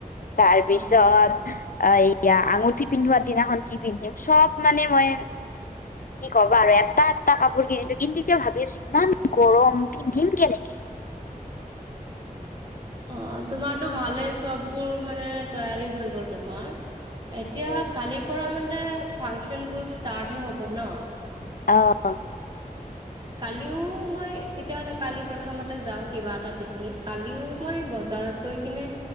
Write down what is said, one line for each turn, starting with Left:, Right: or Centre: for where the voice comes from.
Left: তাৰপিছত
Right: অ
Left: এয়া আঙুঠি পিন্ধোৱা দিনাখন কি পিন্ধিম চব মানে মই কি ক'বা আৰু এটা এটা কাপোৰ কিনিছো কিন্তু এতিয়া ভাবি আছোঁ ইমান গৰম পিন্ধিম কেনেকে?
Right: অ', তোমাৰটো ভালেই চববোৰ মানে তৈয়াৰী হৈ গ'ল তোমাৰ। এতিয়া
Left: উম,
Right: কালিৰ পৰা মানে ফাংচনবোৰ ষ্টাৰ্টহে হ'ব ন'।
Left: অ'।
Right: কালিও মই তেতিয়াহ'লে কালি প্ৰথমতে যাওঁ কিবা এটা পিকনিক কালিও মই বজ বজাৰত গৈ কিনে